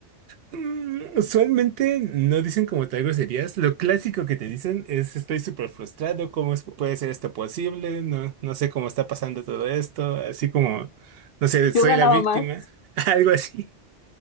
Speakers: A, on the right; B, on the left.
A: Mm, Usualmente no dicen como tal groserías. Lo clásico que te dicen es estoy súper frustrado, ¿cómo es- puede ser esto posible? No, no sé cómo está pasando todo esto, así como, no sé,
B: Yo
A: soy
B: ganaba
A: la víctima,
B: más.
A: <laughs> algo así.